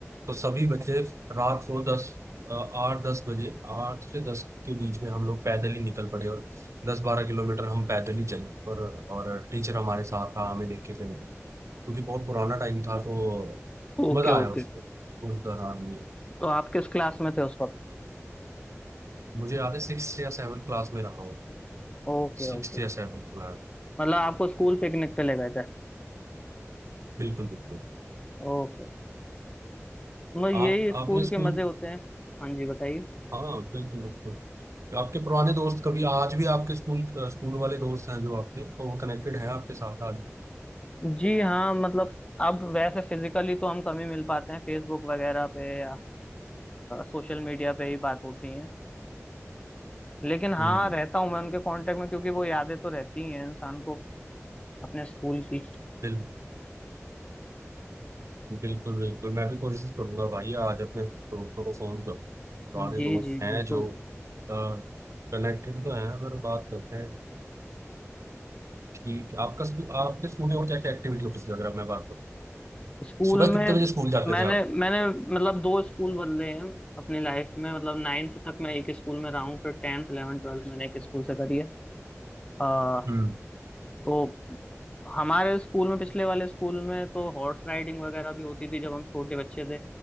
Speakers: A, on the right; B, on the left.
A: तो सभी बच्चे रात को दस अ, आठ दस बजे आठ से दस के बीच में हम लोग पैदल ही निकल पड़े और दस बारह किलोमीटर हम पैदल ही चले और और टीचर हमारे साथ था हमें देख के थे वो क्योंकि बहुत पुराना टाइम था तो
B: Okay
A: मजा
B: okay
A: आया उसको उस दौरान में
B: तो आप किस क्लास में थे उस वक्त
A: मुझे याद है सिक्स या सेवन क्लास में रहा हूँ
B: Okay
A: सिक्स
B: okay
A: या सेवन क्लास
B: मतलब आपको स्कूल पिकनिक पे ले गए थे
A: बिल्कुल बिल्कुल
B: ओके मतलब यही
A: आप
B: स्कूल
A: आपने
B: के
A: स्कूल
B: मजे होते हैं हाँ जी बताइए
A: हाँ बिल्कुल बिल्कुल आपके पुराने दोस्त कभी आज भी आपके स्कूल स्कूल वाले दोस्त हैं जो आपके तो वो कनेक्टेड हैं आपके साथ आज
B: जी हाँ मतलब अब वैसे फिजिकली तो हम कम ही मिल पाते हैं फेसबुक वगैरह पे या सोशल मीडिया पे ही बात होती है लेकिन हाँ
A: हम्म
B: रहता हूँ मैं उनके कांटेक्ट में क्योंकि वो यादें तो रहती ही हैं इंसान को अपने स्कूल की
A: बिल्कुल बिल्कुल बिल्कुल मैं भी कोशिश करूंगा भाई आज अपने दोस्तों को फोन करूँ पुराने
B: जी
A: दोस्त
B: जी
A: हैं
B: बिल्कुल
A: जो कनेक्टेड तो हैं अगर बात करते हैं ठीक है आपका स्कूल आपके स्कूल में और क्या क्या एक्टिविटी होती थी अगर मैं बात करूँ
B: स्कूल
A: सुबह
B: में
A: कितने बजे स्कूल जाते
B: मैंने
A: थे आप
B: मैंने मतलब दो स्कूल बदले हैं अपनी लाइफ में मतलब नाइन्थ तक मैं एक स्कूल में रहा हूँ फिर टेंथ इलेवन ट्वेल्थ मैंने एक स्कूल से करी है
A: हम्म
B: तो हमारे स्कूल में पिछले वाले स्कूल में तो हॉर्स राइडिंग वगैरह भी होती थी जब हम छोटे बच्चे थे